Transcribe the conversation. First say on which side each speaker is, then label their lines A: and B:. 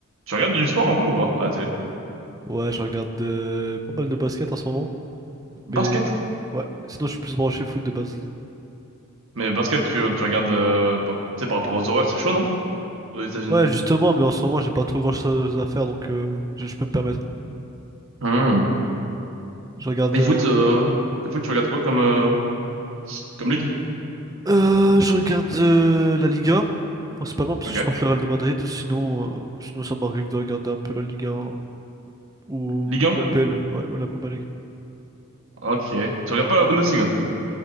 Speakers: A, on the right (about 65°); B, on the right (about 15°).
A: Tu regardes du sport un peu ou pas à la télé?
B: Ouais, je regarde euh, pas mal de basket en ce moment, mais
A: Basket?
B: ouais, sinon je suis plus branché foot de base.
A: Mais basket, tu, tu regardes, euh, par- tu sais, par rapport aux horaires, c'est chaud, non? Aux États-Unis.
B: Ouais, justement, mais en ce moment j'ai pas trop grand-chose à faire, donc euh, je, je peux me permettre.
A: Hmm.
B: Je regarde,
A: Et
B: euh,
A: foot, euh, et foot, tu regardes quoi comme, euh, comme ligue?
B: euh, je regarde euh, la Liga, principalement parce
A: Ok.
B: que je supporte le Real de Madrid, sinon, euh, sinon ça m'arrive de regarder un peu la Ligue 1 ou,
A: Ligue 1?
B: ou la P L. ouais, ou la Premier League.
A: Ok. Tu regardes pas la Bundesliga?